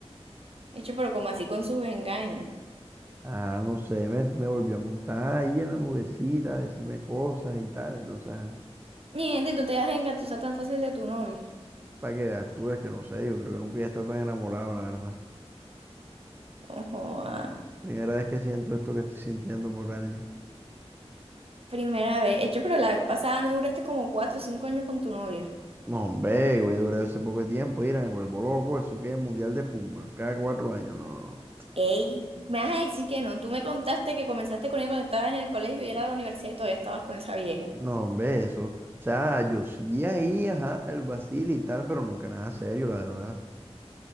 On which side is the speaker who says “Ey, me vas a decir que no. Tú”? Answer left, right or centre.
Right